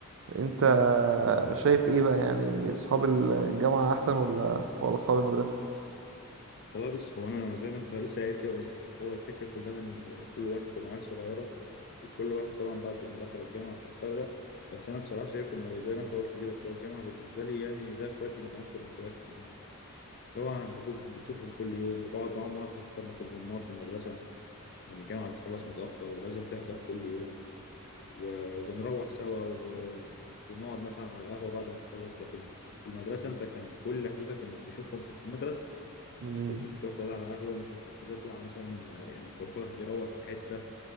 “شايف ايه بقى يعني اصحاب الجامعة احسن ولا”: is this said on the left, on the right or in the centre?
Right